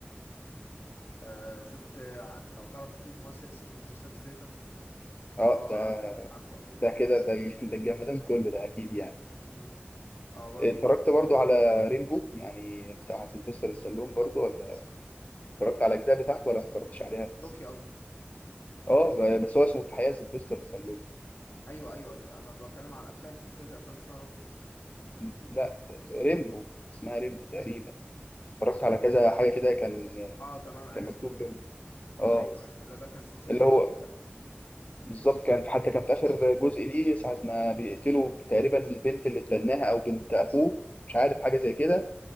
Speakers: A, on the left (about 70°); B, on the left (about 35°).
A: آه شفت ع- لو تعرف في ممثل اسمه جيسون ستيثم ده
B: اه
A: اقرع
B: ده
A: كده عارفه اكيد
B: ده كده ده <laughs> ده الجمدان كله ده اكيد يعني
A: مم. اه برضو
B: اتفرجت برضو على ريمبو يعني بتاع سيلفستر السلوم برضو ولا اتفرجت على الاجزاء بتاعته ولا ما اتفرجتش عليها
A: روكي قصدك
B: اه بس هو اسمه في الحقيقه سيلفستر السلوم
A: ايوه ايوه انا بتكلم على افلام سلسله الافلام اسمها روكي
B: لا ريمبو اسمها ريمبو تقريبا اتفرجت على كذا حاجه كده كان
A: اه تمام عرفته
B: كان مكتوب
A: ده
B: ريمبو اه
A: ايوه ايوه لا ده كان سلسله
B: اللي
A: افلام
B: هو
A: مختلفه
B: بالظبط كان حتى كان في اخر جزء ليه ساعه ما بيقتلوا تقريبا البنت اللي اتبناها او بنت اخوه مش عارف حاجه زي كده